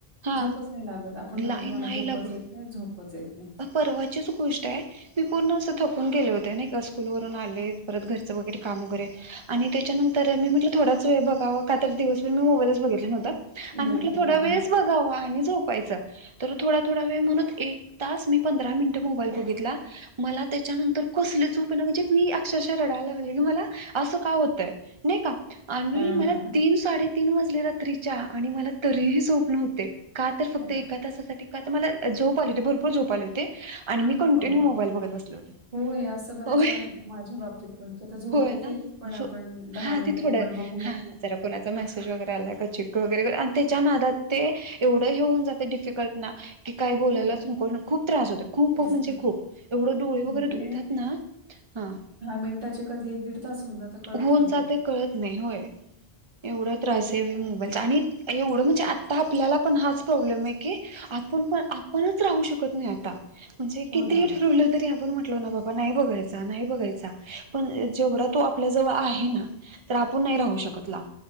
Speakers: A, on the right (about 35°); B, on the right (about 60°).
A: हा
B: झोपच नाही लागत आपण म्हणतो
A: लाईन
B: मला
A: नाही
B: झोपच
A: लागत
B: येत नाही झोपच येत नाही
A: परवाचीच गोष्ट आहे मी पूर्ण असं थकून गेले होते नाही का स्कूलवरून आले परत घरचे वैगरे काम वैगरे आणि त्याच्यांनतर म्हटलं थोड्याच बघा व का तर दिवसभर मी मोबाईलच बघितला नव्हता आणि
B: नाही
A: म्हटलं थोडयच
B: हां.
A: वेळच बघावा आणि झोपायचं तर थोडा थोडा वेळ म्हणतं एक तास मी पंधरा मिनिट मोबाईल बघितला. मला त्याच्यानंतर कसली झोप ना म्हणजे मी अक्षरशः रडायला लागले की मला असं काय होतंय आणि
B: हां,
A: मला
B: हां, हां.
A: तीन साडे तीन वाजलेला रात्रीच्या आणि मला तरीही झोप नव्हते का तर फक्त
B: अरे,
A: एका तासासाठी का मला झोप आले होते भरपूर झोप आले होते आणि मी कंटिन्यू
B: हो, हो.
A: मोबाईल बघत बसले होते.
B: हो हे असं बऱ्याच
A: होय
B: वेळा होतं माझ्या बाबतीत पण की तर झोप
A: होय
B: येत
A: ना
B: पण आपण
A: जो
B: दहा
A: हा
B: मिनटं
A: ते थोडं
B: मोबाईल बघु
A: हा जरा कोणाचा मेसेज वगैरे आलाय चेक वैगरे त्याच्या नादात ते एवढं हेऊन जाते डिफिकल्ट ना की काय बोलायलाच
B: ते
A: खूप त्रास होते खूप
B: तेच
A: म्हणजे
B: ना
A: खूप एवढं डोळे वगैरे
B: म्हणजे
A: दुखतात ना हा
B: मिनिटाचे कधी तास होऊन जातं कळतही
A: होऊन
B: नाही.
A: जाते कळतं नाही होय एवढा त्रास आहे व मोबाईलचा आणि एवढं म्हण म्हणजे आता आपल्याला पण हाच प्रॉब्लेम आहे की आपण पण आपणच राहू शकत नाही आता म्हणजे
B: हो
A: किती
B: ना
A: ठरवलं तरी आपण ना बाबा नाही बघायचं नाही बघायचं पण जेवढा तो आपल्या जवळ आहे ना तर आपण नाही राहू शकत लांब